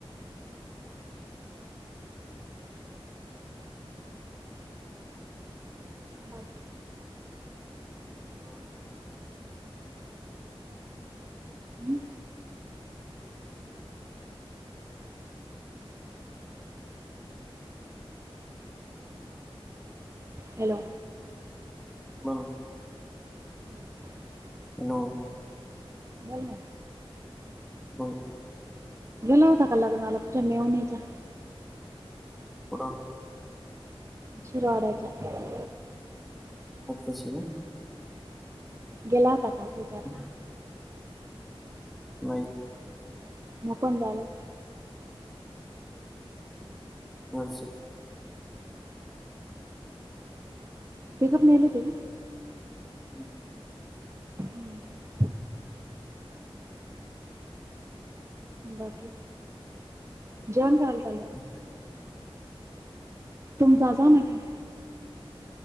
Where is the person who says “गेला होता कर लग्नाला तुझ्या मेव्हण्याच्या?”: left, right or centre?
Right